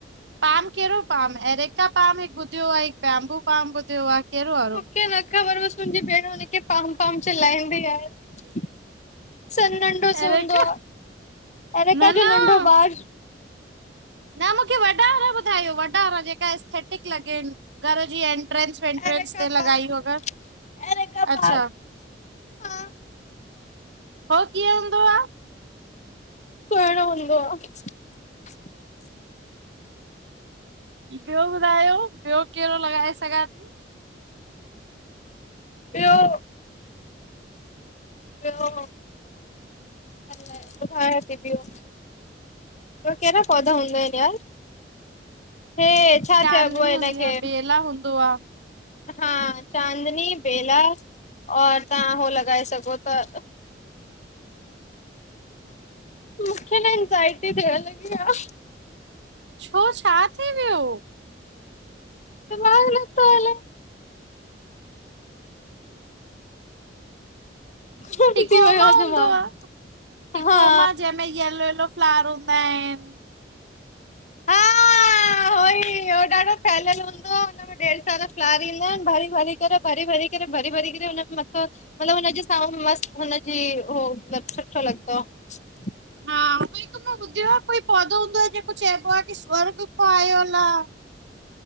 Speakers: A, on the right; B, on the left.
A: पाम कहिड़ो पाम, एरेका पाम हिकु ॿुधियो आ, हिक बाम्बू पाम ॿुधियो आ, कहिड़ो वारो?
B: मूंखे न ख़बर बस, मुंहिंजी भेण हुनखे पाम -पाम चिलाईंदी आहे। सन नंढो सो
A: एरेका
B: हूंदो आ, एरिका
A: न
B: जो
A: न
B: नंढो बार।
A: न मूंखे वॾा वारा ॿुधायो, वॾा वारा जेका एस्थेटिक लॻेन घर जी एन एंट्रेस वेंट्रेन्स
B: एरेका
A: ते लॻाईयु
B: पाम
A: अगर,
B: एरेका पाम
A: अच्छा।
B: हा
A: हो कीअं हूंंदो आ?
B: टेणो हूंदो आ। <inaudible>
A: ॿियो ॿुधायो, ॿियो कहिड़ो लॻाए सघां थी?
B: ॿियो? ॿियो ॿुधाया वथी ॿियो। बिया कहिड़ा पौधा हूंदा आहिनि यार? हे छा
A: चांदनी
B: चइबो हिनखे
A: हूंदी आ, वेला हूंदो आ।
B: हा चांदनी, बेला और तव्हां होह लॻाए सघो था। मूंखे न एंज़ाइटी थियण लॻी आ।
A: छो छा थी वियो?
B: दिमाग नत्थो हले। गुम
A: टिकोमा
B: थी वियो आ
A: हूंदो
B: दिमाग़,
A: आ। टिकोमा,
B: हा
A: जंहिंमें यलो -यलो फ्लावर हूंदा आहिन,
B: हा, होई, हो ॾाढो फैलियल हूंदो आ, ॾेढ सारा फ्लार ईदा आहिनि, भरी भरी करे, भरी भरी करे, भरी भरी करे हुनमें मथां मतलब हुनजी स मस्त हुनजी हो मतलब सुठो लॻंदोआ। <inaudible>
A: हा उई त मां ॿुधयो आ कोई पौधो हूंदो आ जेको चइबो आ कि स्वर्ग खां आयल आ,